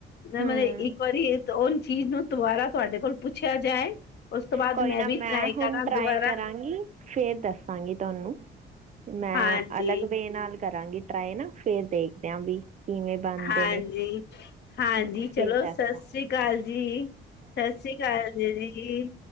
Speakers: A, on the left (about 60°); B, on the right (about 40°).
A: ਨਾ
B: ਹਾਂ
A: ਮੈਂ ਇੱਕ ਵਾਰੀ ਤੇ ਓ ਚੀਜ਼ ਨੂੰ ਦੁਬਾਰਾ ਤੁਹਾਡੇ ਕੋਲ ਪੁੱਛਿਆ ਜਾਏ। ਉਸ ਤੋਂ ਬਾਅਦ
B: ਕੋਈ ਨਾ
A: ਵੀ
B: ਮੈਂ
A: ਟਰਾਈ
B: ਹੁਣ
A: ਕਰਾਂ
B: ਟਰਾਈ
A: ਦੁਬਾਰਾ
B: ਕਰਾਂਗੀ। ਫਿਰ ਦੱਸਾਂਗੀ ਤੁਹਾਨੂੰ ਮੈਂ
A: ਹਾਂਜੀ
B: ਅਲੱਗ ਵੇਯ ਨਾਲ ਕਰਾਂਗੀ। ਟਰਾਏ ਨਾ ਫਿਰ ਦੇਖਦੇ ਆਂ ਵੀ ਕਿਵੇਂ ਬਣਦੇ
A: ਹਾਂਜੀ
B: ਨੇ।
A: ਹਾਂਜੀ
B: ਹਾਂ
A: ਚਲੋ
B: ਫਿਰ ਦੱਸਾਂਗੇ
A: ਸਤਿ ਸ੍ਰੀ ਅਕਾਲ ਜੀ। ਸਤਿ ਸ੍ਰੀ ਅਕਾਲ ਜੀ ਦੀਦੀ ਜੀ